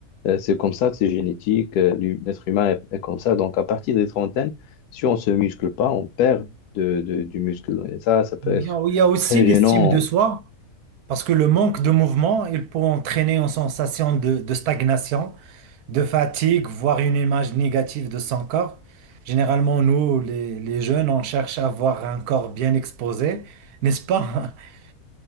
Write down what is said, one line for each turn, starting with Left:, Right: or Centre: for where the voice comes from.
Left: euh, c'est comme ça, c'est génétique, euh, l'hu- l'être humain est, est comme ça. Donc, à partir des trentaines, si on se muscle pas, on perd de, de- du muscle. Et ça, ça peut
Right: bien.
Left: être
Right: Oui, Il y a aussi
Left: très
Right: l'estime
Left: gênant.
Right: de soi, parce que le manque de mouvement, il peut entraîner une sensation de, de stagnation, de fatigue, voire une image négative de son corps. Généralement, nous, les, les jeunes, on cherche à avoir un corps bien exposé, n'est-ce pas? <laughs>